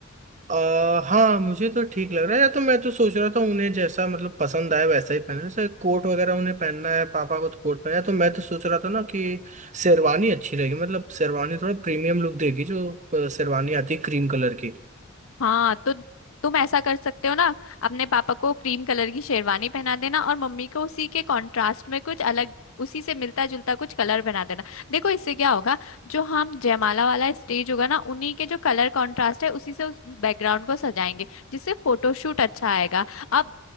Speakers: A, on the right; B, on the left.
A: आ, हाँ मुझे तो ठीक लग रहा है या तो मैं तो सोच रहा था उन्हें जैसा मतलब पसंद आए वैसा ही पहने जैसे कोट वगैरह उन्हें पहनना है पापा को तो कोट पहना है तो मैं तो सोच रहा था ना कि शेरवानी अच्छी रहेगी मतलब शेरवानी थोड़ा प्रीमियम लुक देगी जो अ, शेरवानी आती है क्रीम कलर की
B: हाँ तो तुम ऐसा कर सकते हो ना अपने पापा को क्रीम कलर की शेरवानी पहना देना और मम्मी को उसी के कंट्रास्ट में कुछ अलग उसी से मिलता जुलता कुछ कलर बना देना देखो इससे क्या होगा जो हम जयमाला वाला स्टेज होगा ना उन्हीं के जो कलर कंट्रास्ट है उसी से उस बैकग्राउंड को सजाएंगे जिससे फोटोशूट अच्छा आएगा अब